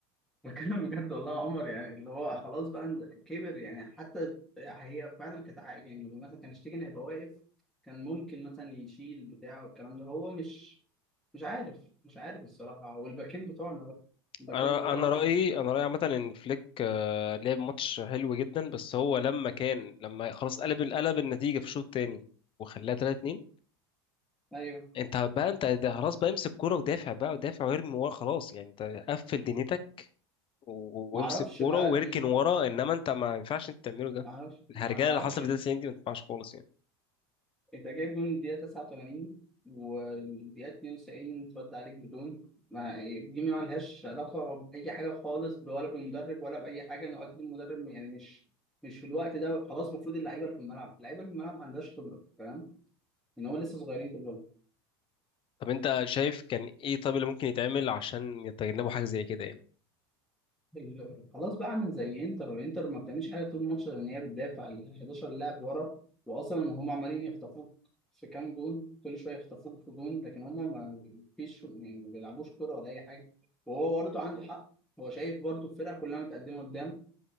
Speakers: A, in the centre; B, on the left.
A: بتكلم بجد والله يا عمر يعني اللي هو خلاص بقى إن- كبر يعني حتى هي فعلا كانت عا- يعني مثلا كان شتيجن هيبقى واقف كان ممكن مثلا يشيل بتاع والكلام ده هو مش مش عارف مش عارف الصراحة والباكين بتوعنا بقى الباكين
B: انا
A: بتوعنا
B: انا رايي انا رايي عامه ان فليك آه، لعب ماتش حلو جدا بس هو لما كان لما خلاص قلب قلب النتيجه في الشوط الثاني وخلاها 3 2
A: ايوه
B: انت بقى انت ده خلاص بقى امسك كوره ودافع بقى ودافع وارمي ورا خلاص يعني انت قفل دنيتك و-
A: معرفش
B: وامسك كوره
A: بقى
B: واركن
A: دي
B: ورا انما انت ما ينفعش انت تعمله ده
A: معرفش
B: الهرجله
A: معرفش
B: اللي حصلت في الدقيقه 90 دي ما ينفعش خالص يعني
A: انت جايب جون الدقيقة 89 والدقيقة 92 اترد عليك بدون ما دي ما لهاش علاقة بأي حاجة خالص ولا بالمدرب ولا بأي حاجة إنه أكيد المدرب يعني مش مش في الوقت ده خلاص المفروض اللعيبة اللي في الملعب اللعيبة اللي في الملعب ما عندهاش خبرة فاهم إن هم لسه صغيرين كلهم
B: طب انت شايف كان ايه طب اللي ممكن يتعمل عشان يتجنبوا حاجه زي كده يعني
A: ال- خلاص بقى اعمل زي انتر انتر ما بتعملش حاجه طول الماتش لان هي بتدافع ال 11 لاعب ورا واصلا هم عمالين يخطفوك في كام جون كل شويه يخطفوك في جون لكن هم ما فيش يعني ما بيلعبوش كوره ولا اي حاجه وهو برضه عنده حق هو شايف برضه الفرقه كلها متقدمه قدام